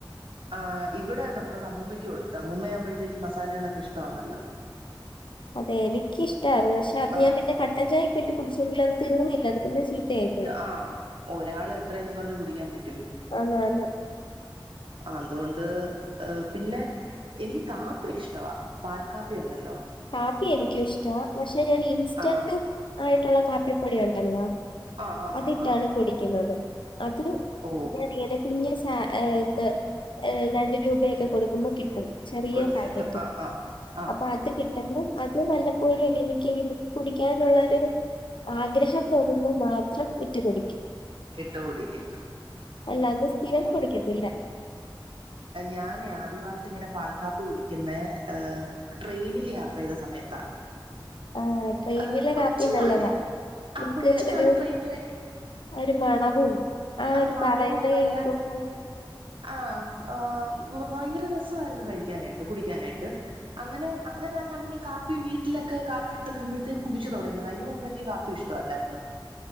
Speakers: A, on the right; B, on the left.
A: ആഹ് ഇവിടെ നമ്മളത് അമ്മൂമ്മക്ക് കൊടുത്ത് അമ്മൂമ്മയാകുമ്പഴത്തേക്ക് മസാലകളൊക്കെ ഇഷ്ടമാണല്ലോ
B: അതെ എനിക്കിഷ്ടമായിരുന്നു പക്ഷെ അത്
A: ആ
B: ഞാൻ പിന്നെ കട്ടൻ ചായ ഒക്കെയിട്ട് കുടിച്ചെങ്കിലും ഒന്ന് തീർന്നില്ല അത് പിന്നെ ചീത്തയായി പോയി.
A: ആഹ് ഒരാള് എത്രയന്ന് പറഞ്ഞ് കുടിക്കാൻ പറ്റും
B: ആന്ന് ആന്ന്.
A: അന്തുകൊണ്ട് പിന്നെ എനിക്ക് കാപ്പി ഇഷ്ടവാ പാൽ കാപ്പി ഉണ്ടല്ലോ
B: കാപ്പി എനിക്കും ഇഷ്ട പക്ഷെ ഞാൻ ഇൻസ്റ്റന്റ്
A: ആ
B: ആയിട്ടുള്ള കാപ്പിപ്പൊടി ഉണ്ടല്ലോ
A: ആ ആ
B: അതിട്ടാണ്
A: ആ ആ
B: കുടിക്കുന്നത് അത്
A: ഓ
B: ഇങ്ങനെ ഇങ്ങനെ കുഞ്ഞ സ ഇത് രണ്ട് രൂപയൊക്കെ കൊടുക്കുമ്പോൾ കിട്ടും ചെറിയ
A: കൊടുക്കട്ടു
B: പാക്കറ്റ്
A: ആ ആ ആ
B: അപ്പൊ അത് കി ട്ടുമ്പോ അത് വല്ലപ്പോഴും എനിക്ക് കുടിക്കാനുള്ളൊരു ആഗ്രഹം തോന്നുമ്പോ മാത്രം ഇട്ടു കുടിക്കും
A: ഇട്ട് കുടിക്കും
B: അല്ലാതെ സ്ഥിരം കുടിക്കത്തില്ല
A: ഞാനേ ആദ്യമായിട്ട് ഇങ്ങനെ പാൽക്കപ്പി കുടിക്കുന്ന ഏഹ് ട്രെയിനിൽ യാത്ര ചെയ്ത സമയത്താ
B: ആഹ് ട്രെയിനിലെ
A: ഏഹ് കൊച്ച
B: കാപ്പി നല്ലതാ
A: നാളി ആഹ്
B: നമുക്ക്
A: കൊച്ചു നാളി
B: ഒരു
A: ട്രെയിൻല്
B: ഒരു മണവും ആഹ്
A: ആ
B: ഒരു
A: മണവും
B: പറയുന്ന
A: നല്ല
B: കേൾക്കുമ്പോ
A: ആഹ് ആഹ് ഭയങ്കര രസമായിരുന്നു കഴിക്കാനായിട്ട് കുടിക്കാനായിട്ട് അങ്ങനെ അങ്ങനാ ഞാൻ പിന്നെ കാപ്പി വീട്ടിലക്കെ കാപ്പി ഇട്ട് തരുമ്പഴേ കുടച്ച് തുടങ്ങിയത് അതിന് മുമ്പ് എനിക്ക് കാപ്പി ഇഷ്ടല്ലായിരുന്ന്